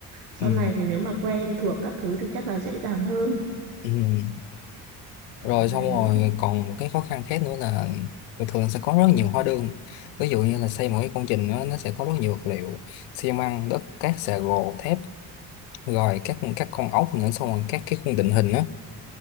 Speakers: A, on the right (about 85°); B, on the left (about 80°).
A: sau
B: ừ
A: này thì nếu mà quen thuộc các thứ thì chắc là dễ dàng hơn.
B: ừ.
A: Đấy.
B: rồi xong rồi còn một cái khó khăn khác nữa là thường thường sẽ có rất nhiều hóa đơn ví dụ như là xây một cái công trình đó, nó sẽ có rất nhiều vật liệu xi măng đất cát xà gồ thép rồi các các con ốc nữa xong rồi các cái khung định hình á